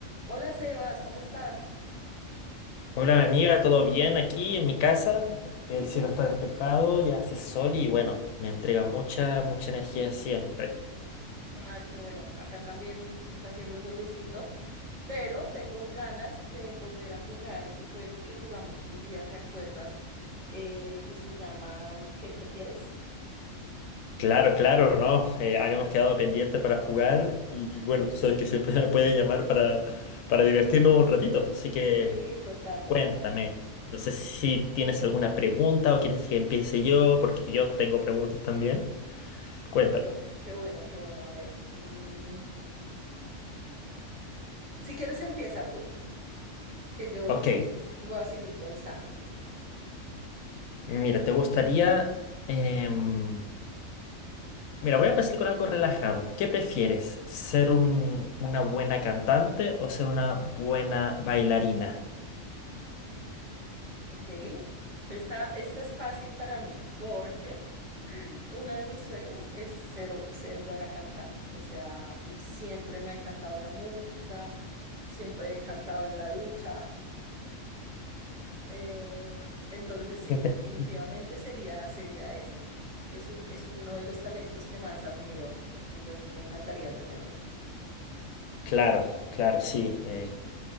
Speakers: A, on the right; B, on the left.
A: Hola Sebas, ¿cómo estás?
B: Hola, mi amiga, ¿todo bien aquí en mi casa? El cielo está despejado, ya hace sol y bueno, me entrega mucha, mucha energía siempre.
A: Ay, qué bueno, acá también está haciendo solecito, pero tengo ganas de volver a jugar ese juego que jugamos un día, ¿te acuerdas? Eh, que se llama mm, ¿Qué prefieres?
B: Claro, claro, ¿no? Eh, habíamos quedado pendiente para jugar y bueno, tú sabes que siempre <laughs> me puedes llamar para, para divertirnos un ratito, así que
A: Sí, total,
B: cuéntame.
A: total.
B: No sé si tienes alguna pregunta o quieres que empiece yo, porque yo tengo preguntas también. Cuéntame.
A: Qué, qué bueno, qué bueno. A ver, mm, si quieres empieza tú, que yo
B: Ok,
A: voy a seguir pensando.
B: mira, ¿te gustaría... em, Mira, voy a empezar con algo relajado. ¿Qué prefieres? ¿Ser un- una buena cantante o ser una buena bailarina?
A: Ok, esta, esta es fácil para mí porque uno de mis sueños es ser, ser buena cantante. O sea, m- siempre me ha encantado la música, siempre he cantado en la ducha. <laughs> Em, entonces, sí,
B: <laughs>
A: definitivamente sería, sería ese. Es un, es uno de los talentos que más admiro. Entonces, me encantaría tenerlo.
B: Claro, claro, sí. eh,